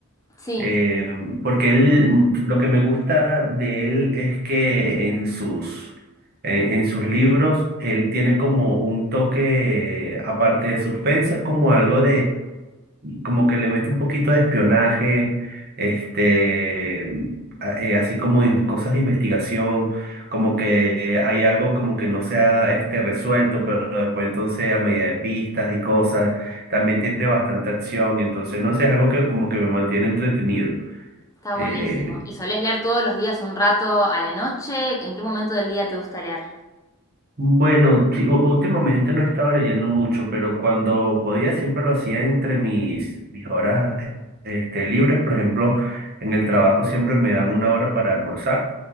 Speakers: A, on the left; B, on the right.
A: Sí,
B: eh, porque él, lo que me gusta de él es que en sus, eh, en sus libros él tiene como un toque, eh, aparte de suspenso, es como algo como que le mete un poquito de espionaje, este, a- eh, así como en cosas de investigación, como que eh, hay algo como que no se ha este, resuelto, pero después entonces a medida de pistas y cosas, también tiene bastante acción, y entonces no sé, es algo que como que me mantiene entretenido.
A: está buenísimo.
B: Eh,
A: ¿Y solés leer todos los días un rato a la noche? ¿En qué momento del día te gusta leer?
B: Bueno, sí, u- últimamente no he estado leyendo mucho, pero cuando podía siempre lo hacía entre mis, mis horas e, este, libres. Por ejemplo, en el trabajo siempre me dan una hora para almorzar